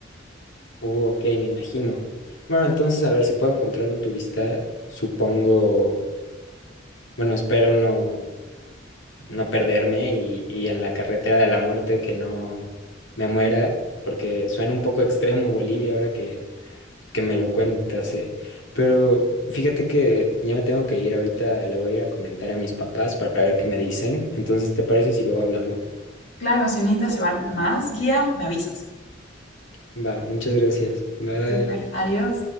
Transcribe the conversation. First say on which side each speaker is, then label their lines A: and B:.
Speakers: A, on the left (about 85°); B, on the left (about 70°).
A: Uh, ok, me imagino. Bueno, entonces a ver si puedo encontrar un turista, supongo, bueno, espero no, no perderme y, y en la carretera de la muerte que no me muera, porque suena un poco extremo Bolivia ahora que, que me lo cuentas, eh. Pero fíjate que ya me tengo que ir ahorita, le voy a ir a comentar a mis papás para ver qué me dicen. Entonces, ¿te parece si luego hablamos?
B: Claro, si necesitas llevar más guía, me avisas.
A: Va, muchas gracias. Bye.
B: Súper, adiós.